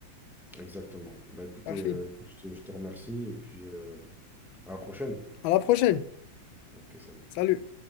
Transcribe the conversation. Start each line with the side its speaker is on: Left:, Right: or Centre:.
Centre: exactement. Bah écoutez,
Left: Parfait.
Centre: euh, écoute, je te, je te remercie et puis euh, à la prochaine.
Left: À la prochaine.
Centre: Ok, salut.
Left: Salut.